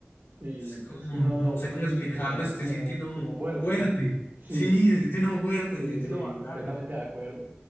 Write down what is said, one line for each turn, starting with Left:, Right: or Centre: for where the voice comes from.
Right: Y
Left: Es como,
Right: es que uno,
Left: no
Right: uno
Left: sé cómo
Right: siente
Left: explicarles,
Right: como,
Left: te
Right: como,
Left: siente uno
Right: como fuerte.
Left: fuerte.
Right: Sí,
Left: Sí, se siente uno fuerte,
Right: sí,
Left: se siente
Right: sí,
Left: uno bacano.
Right: completamente de acuerdo.